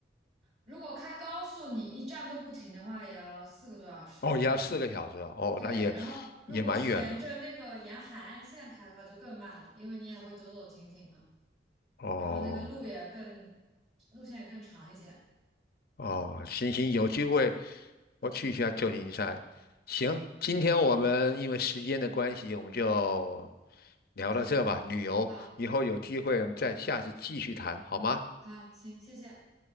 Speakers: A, on the right; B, on the left.
A: 如果开高速，你一站都不停的话，也要四个多小时。
B: 哦，也要四个小时啊哦，
A: 对，
B: 那也
A: 然后如果是沿着那个沿海岸线开的话，
B: 也蛮远的
A: 就更慢了，因为你也会走走停停嘛，
B: 哦
A: 然后那个路也更路线也更长一些。
B: 哦，行行，有机会我去一下旧金山。行，今天我们因为时间的关系，我们就聊到这吧。
A: 行，
B: 旅游以后有机会我们再下次继续谈，
A: 好，
B: 好吗？
A: 好，行，谢谢。